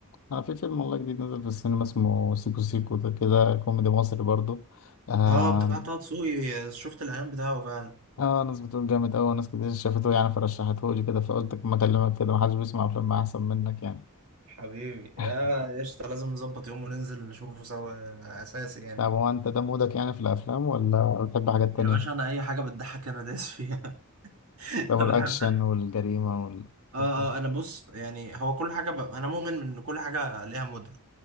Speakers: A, on the left; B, on the right.
A: أنا في فيلم والله جديد نزل في السينما اسمه سيكو سيكو ده كده كوميدي مصري برضه آه،
B: اه بتاع طه دسوقي شفت الاعلان بتاعه فعلا
A: اه ناس بتقول جامد اوي ناس كتير شافته يعني فرشحته لي كده فقلت ما اكلمك كده محدش بيسمع افلام احسن منك يعني
B: حبيبي
A: <laughs>
B: يا يا قشطة لازم نظبط يوم وننزل نشوفه سوا اساسي يعني
A: طب هو انت ده مودك يعني في الافلام ولا بتحب حاجات تانية
B: يا باشا انا اي حاجه بتضحك انا دايس فيها <laughs>
A: طب
B: أنا
A: الاكشن
B: بحب
A: والجريمة والحاجات
B: اه اه
A: دي
B: آه، انا بص يعني هو كل حاجه ب... انا مؤمن ان كل حاجه ليها مودها